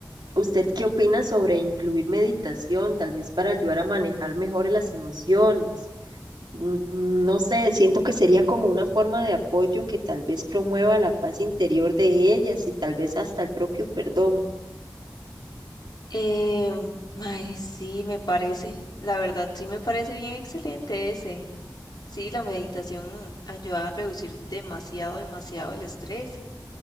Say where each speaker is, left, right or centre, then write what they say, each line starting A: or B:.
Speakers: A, on the right; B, on the left.
A: ¿usted qué opina sobre incluir meditación, tal vez para ayudar a manejar mejor las emociones? Mm, mm, No sé, siento que sería como una forma de apoyo que tal vez promueva la paz interior de ellas y tal vez hasta el propio perdón.
B: Eh, mae, sí, me parece, la verdad, sí me parece bien excelente ese. Sí, la meditación ayuda a reducir demasiado, demasiado el estrés.